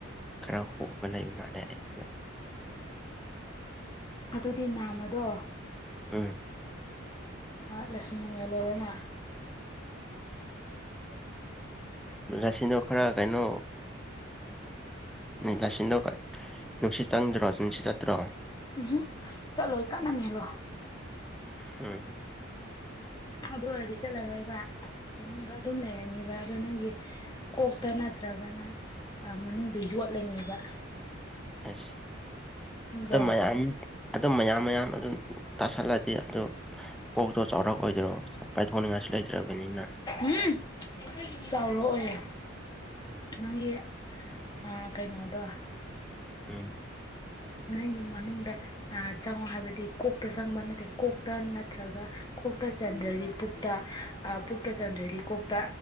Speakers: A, in the centre; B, on the left (about 20°).
A: ꯈꯔ ꯍꯣꯕ ꯂꯩꯕ ꯃꯥꯜꯂꯦ ꯑꯩꯩꯅ
B: ꯑꯗꯨꯗꯤ ꯅꯥꯝꯃꯗꯣ
A: ꯎꯝ
B: ꯂꯤꯁꯤꯡꯅ ꯃꯦꯜꯂꯣꯗꯅ
A: ꯉꯁꯤꯗꯣ ꯈꯔ ꯀꯩꯅꯣ ꯂꯁꯤꯡꯗꯣ ꯌꯥꯥꯁꯤꯗꯧ ꯅꯨꯡꯁꯤꯠ ꯆꯪꯗ꯭ꯔꯣ ꯅꯨꯡꯁꯤꯠ ꯆꯠꯇ꯭ꯔꯣ
B: ꯎꯝꯍꯨꯝ ꯆꯠꯂꯣꯏ ꯀꯠꯅ ꯃꯦꯜꯂꯣ
A: ꯑꯝ
B: ꯑꯗꯨ ꯑꯣꯏꯔꯗꯤ ꯆꯠꯂꯔꯣꯏꯕ ꯃꯅꯨꯡꯗ ꯑꯗꯨꯝ ꯂꯩꯔꯅꯤꯕ ꯑꯗꯣ ꯅꯪꯒꯤ ꯀꯣꯛꯇ ꯅꯠꯇ꯭ꯔꯒꯅ ꯃꯅꯨꯡꯗ ꯌꯣꯠ ꯂꯩꯅꯦꯕ
A: ꯑꯁ
B: ꯈꯪꯕ꯭ꯔꯣ
A: ꯑꯗꯨ ꯃꯌꯥꯝ ꯑꯗꯨꯝ ꯃꯌꯥꯝ ꯃꯌꯥꯝ ꯑꯗꯨꯝ ꯇꯥꯁꯜꯂꯗꯤ ꯑꯗꯨ ꯑꯣꯛꯇꯣ ꯆꯥꯎꯔꯛꯑꯣꯏꯗꯔꯣ ꯄꯥꯏꯊꯣꯛꯅꯤꯡꯉꯥꯏꯁꯨ ꯂꯩꯇ꯭ꯔꯕꯅꯤꯅ
B: ꯎꯝ ꯆꯥꯎꯔꯛꯑꯣꯏꯌꯦ ꯅꯪꯒꯤ ꯑ ꯀꯩꯅꯣꯗꯣ
A: ꯎꯝ
B: ꯅꯪꯒꯤ ꯃꯅꯨꯡꯗ ꯑ ꯆꯪꯉꯣ ꯍꯥꯏꯕꯗꯤ ꯀꯣꯛꯇ ꯆꯪꯕ ꯅꯠꯇꯦ ꯀꯣꯛꯇ ꯅꯠꯇ꯭ꯔꯒ ꯀꯣꯛꯇ ꯆꯟꯗ꯭ꯔꯗꯤ ꯄꯨꯛꯇ ꯑ ꯄꯨꯛꯇ ꯆꯟꯗ꯭ꯔꯗꯤ ꯀꯣꯛꯇ